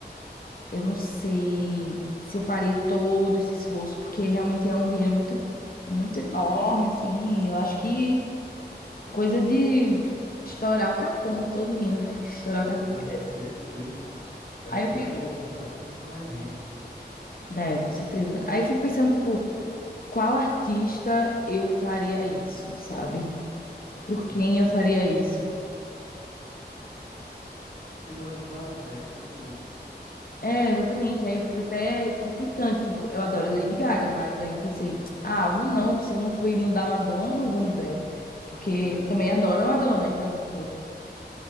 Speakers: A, on the left; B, on the left.
A: Eu não sei se eu faria todo esse esforço, porque realmente é um dinheiro muito, muito enorme, assim. Eu acho que coisa de estourar o cartão todinho, <laughs> estourar o cartão
B: Nossa,
A: de crédito.
B: com certeza. Eu
A: Aí
B: acho que
A: eu fico,
B: a maioria que vai é o pessoal mais rico.
A: né com certeza. Aí eu fico pensando, tipo, qual artista eu faria isso, sabe? Por
B: Sim.
A: quem eu faria isso?
B: Você gosta de vários, né? Não tem como.
A: É, exatamente. Aí eu fico até conflitante. Tipo, eu adoro a Lady Gaga, mas aí eu pensei, ah, vou não. Se eu não fui no da Madonna, eu não vou no dela. Porque
B: Não é?
A: eu também adoro a Madonna. Então, tipo,